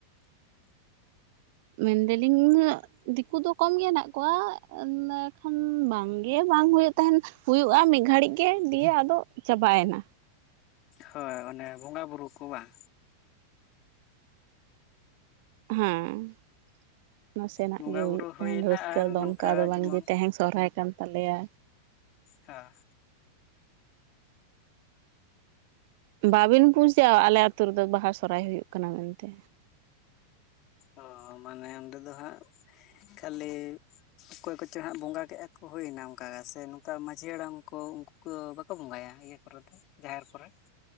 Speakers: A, on the right (about 60°); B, on the left (about 45°).
A: ᱢᱮᱱ ᱫᱟᱞᱤᱧ ᱩᱱᱟᱹᱜ ᱫᱤᱠᱩ ᱫᱚ ᱠᱚᱢ ᱜᱮ ᱦᱮᱱᱟᱜ ᱠᱚᱣᱟ ᱮᱸᱰᱮ ᱠᱷᱟᱱ ᱵᱟᱝᱜᱮ ᱵᱟᱝ ᱦᱩᱭᱩᱜ ᱛᱟᱦᱮᱸᱱ᱾ ᱦᱩᱭᱩᱜᱼᱟ ᱢᱤᱜ ᱜᱷᱟᱹᱲᱤᱡ ᱜᱮ ᱫᱤᱭᱮ ᱟᱫᱚ ᱪᱟᱵᱟᱭᱱᱟ᱾
B: ᱦᱳᱭ ᱚᱱᱮ ᱵᱚᱸᱜᱟ ᱵᱩᱨᱩ ᱠᱚ ᱵᱟᱸ?
A: ᱦᱮᱸ᱾ ᱱᱟᱥᱮᱱᱟᱜ
B: ᱵᱚᱸᱜᱟ
A: ᱜᱮ ᱦᱩᱭᱩᱜ
B: ᱵᱩᱨᱩ ᱦᱩᱭᱱᱟ
A: ᱛᱟᱦᱮᱱ ᱨᱟᱹᱥᱠᱟᱹ
B: ᱟᱨ
A: ᱫᱚ
B: ᱱᱚᱝᱠᱟ
A: ᱚᱱᱠᱟ ᱫᱚ ᱵᱟᱝᱜᱮ
B: ᱡᱮᱢᱚᱱ
A: ᱛᱮᱦᱮᱧ ᱥᱚᱨᱦᱟᱭ ᱠᱟᱱ ᱛᱟᱞᱮᱭᱟ
B: ᱦᱟ
A: ᱵᱟᱵᱤᱱ ᱵᱩᱡᱟ ᱟᱞᱮ ᱟᱛᱩ ᱨᱮᱫᱚ ᱵᱟᱦᱟ, ᱥᱚᱨᱦᱟᱭ ᱦᱩᱭᱩᱜ ᱠᱟᱱᱟ ᱢᱮᱱᱛᱮ᱾
B: ᱚ ᱢᱟᱱᱮ ᱚᱸᱰᱮ ᱫᱚ ᱦᱟᱸᱜ ᱠᱷᱟᱹᱞᱤ ᱚᱠᱚᱭ ᱠᱚᱪᱚ ᱦᱟᱸᱜ ᱵᱚᱸᱜᱟ ᱠᱮᱜᱼᱟ ᱠᱚ ᱦᱩᱭᱱᱟ ᱚᱝᱠᱟ ᱥᱮ ᱱᱚᱝᱠᱟ ᱢᱟᱹᱡᱷᱤ ᱦᱟᱲᱟᱢ ᱠᱚ ᱩᱝᱠ ᱠᱩ ᱵᱟᱠᱚ ᱵᱚᱸᱜᱟᱭᱟ ᱤᱭᱟᱹ ᱠᱚᱨᱮ ᱫᱚ ᱡᱟᱦᱮᱨ ᱠᱚᱨᱮ?